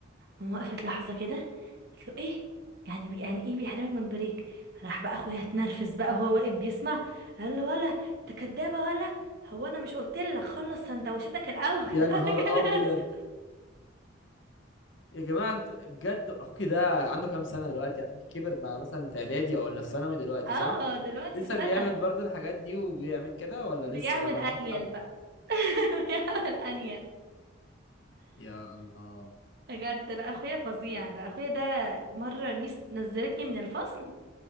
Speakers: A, on the right (about 55°); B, on the left (about 70°).
A: ماما وقفت لحظه كده قالت له ايه يعني بي يعني ايه بيحرمك من البريك راح بقى اخويا اتنرفز بقى هو واقف بيسمع قال له ولا انت كدابه ولا هو انا مش قلت لك خلص سندوتشاتك الاول
B: يا
A: <laughs>
B: نهار
A: انا كان
B: ابيض
A: آسف.
B: يا جماعه انتوا بجد اخوكي ده عنده كام سنه دلوقتي اخوكي كبر بقى مثلا في اعدادي او ولا في ثانوي دلوقتي
A: اه
B: صح
A: دلوقتي
B: لسه
A: في سنه
B: بيعمل برضه الحاجات دي وبيعمل كده ولا
A: بيعمل
B: لسه ولا
A: انيل
B: بطل
A: بقى <laughs> بيحاول انيل
B: يا الله
A: بجد لا اخويا فظيع ده اخويا ده مره الميس نزلتني من الفصل